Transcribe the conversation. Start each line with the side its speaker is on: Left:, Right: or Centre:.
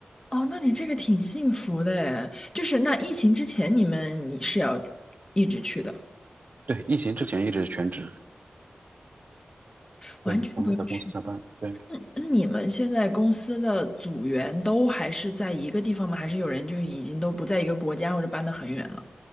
Left: 哦，那你这个挺幸福的诶，就是那疫情之前你们你是要一直去的，
Right: 对，疫情之前一直是全职，
Left: 完全不用去。
Right: 对，全部在公司上班。对。
Left: 那那你们现在公司的组员都还是在一个地方吗？还是有人就已经都不在一个国家或者搬得很远了？